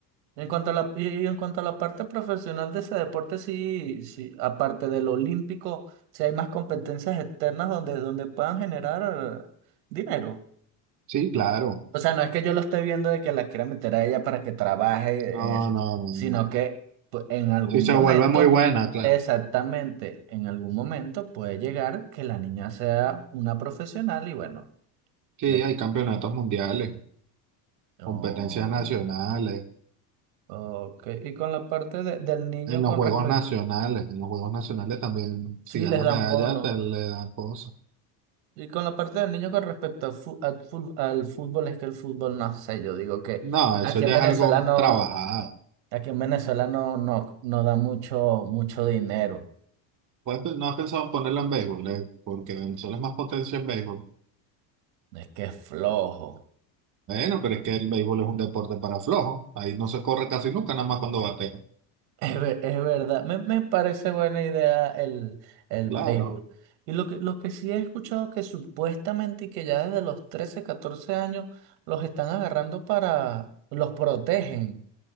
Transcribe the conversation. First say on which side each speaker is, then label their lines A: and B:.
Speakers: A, on the right; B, on the right.
A: En cuanto a la, y y en cuanto a la parte profesional de ese deporte, sí, sí, aparte del olímpico, sí hay más competencias externas donde, donde puedan generar dinero.
B: Sí, claro,
A: O sea, no es que yo lo esté viendo de que la quiera meter a ella para que trabaje
B: no,
A: en eso,
B: no, no,
A: sino
B: no, no.
A: que
B: no.
A: pues, en algún
B: Si se
A: momento,
B: vuelve muy buena, claro.
A: exactamente, en algún momento puede llegar que la niña sea una profesional y bueno.
B: Sí,
A: le
B: hay campeonatos mundiales,
A: No.
B: competencias nacionales,
A: Ok. Y con la parte de- del niño
B: en los
A: con
B: juegos
A: respecto.
B: nacionales, en los juegos nacionales también, si
A: Sí,
B: ganas
A: les dan
B: medalla,
A: bono.
B: te le dan cosas.
A: Y con la parte del niño con respecto al, fu- al fu- al fútbol, es que el fútbol no sé. Yo digo que
B: No, eso
A: aquí
B: ya
A: en Venezuela
B: es algo
A: no.
B: trabajado.
A: Aquí en Venezuela no, no, no da mucho, mucho dinero.
B: Pues no has pensado en ponerlo en béisbol, eh, porque Venezuela es más potencia en béisbol.
A: Es que es flojo.
B: Bueno, pero es que el béisbol es un deporte para flojos. Ahí no se corre casi nunca, nada más cuando batea.
A: Es, ver- es verdad, me, me parece buena idea el, el
B: Claro.
A: béisbol. Y lo que, lo que sí he escuchado que supuestamente y que ya desde los 13 14 años los están agarrando para, los protegen.